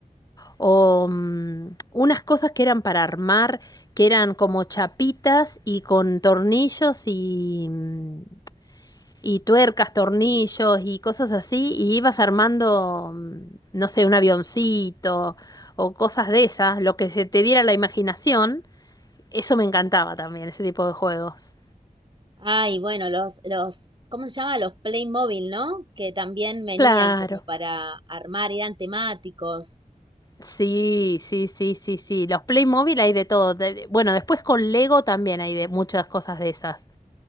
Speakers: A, on the left (about 25°); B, on the right (about 30°).
A: o mm, unas cosas que eran para armar, que eran como chapitas y con tornillos y, mm, y tuercas, tornillos y cosas así, y ibas armando, mm, no sé, un avioncito o cosas de esas, lo que se te diera la imaginación, eso me encantaba también, ese tipo de juegos.
B: Ay, bueno, los, los, ¿cómo se llama? Los Playmobil, ¿no? Que también venían
A: Claro.
B: como para armar, eran temáticos.
A: Sí, sí, sí, sí, sí. Los Playmobil hay de todo. de- de- bueno, después con Lego también hay de muchas cosas de esas,